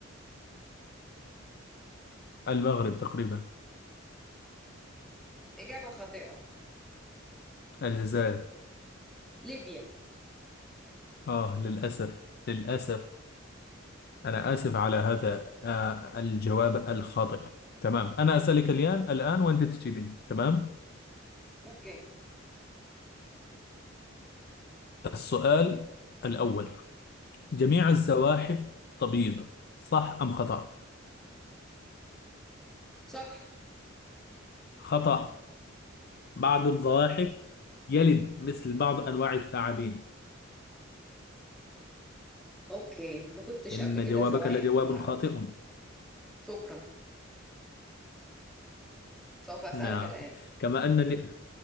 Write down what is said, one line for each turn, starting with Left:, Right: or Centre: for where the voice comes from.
Left: المغرب تقريبا
Centre: اجابه خاطئه
Left: الجزائر
Centre: ليبيا
Left: آه للأسف للأسف أنا آسف على هذا آه، الجواب الخاطئ تمام أنا أسألك الآن الآن وأنت تجيبين تمام
Centre: اوكي
Left: السؤال الأول جميع الزواحف تبيض صح أم خطأ
Centre: صح
Left: خطأ بعض الزواحف يلد مثل بعض أنواع الثعابين
Centre: اوكي ما كنتش
Left: إن
Centre: قبل كده
Left: جوابك
Centre: زواحف
Left: لجواب
Centre: وما اعرف
Left: خاطئ
Centre: شكرا سوف اسالك
Left: نعم
Centre: الان
Left: كما أنني